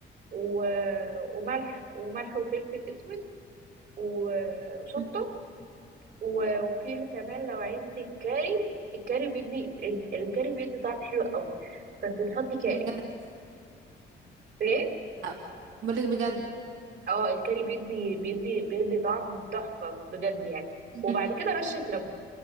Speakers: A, on the right (about 60°); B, on the right (about 80°).
A: و... وملح وملح وفلفل اسود و... وشطه
B: مم.
A: و- وفي كمان لو عندك كاري الكاري بيدي الكاري بيدي طعم حلو قوي فانت تحطي كاري
B: بجد
A: ليه
B: آه، بقولك بجد
A: اه الكاري بيدي بيدي بيدي طعم تحفه بجد يعني
B: مم.
A: وبعد كده رشه ليمون